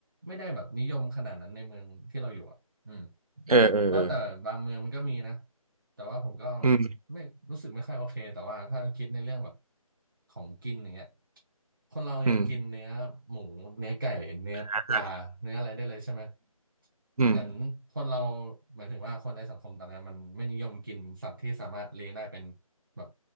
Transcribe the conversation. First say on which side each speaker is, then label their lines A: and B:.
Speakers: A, on the right; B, on the right.
A: ไม่ได้แบบนิยมขนาดนั้นในเมืองที่เราอยู่อ่ะอืม
B: เออเออเออ
A: ก็แต่บางเมืองมันก็มีนะ แต่ว่าผมก็
B: อืม
A: ไม่รู้สึกไม่ค่อยโอเคแต่ว่าถ้าคิดในเรื่องแบบของกินอย่างเงี้ยคนเรายังกินเนื้อหมูเนื้อไก่เนื้อปลาเนื้ออะไรได้เลยใช่ไหม
B: อืมอ่าอืม
A: เหมือนคนเราหมายถึงว่าคนในสังคมตอนนี้มันไม่นิยมกินสัตว์ที่สามารถเลี้ยงได้เป็นแบบ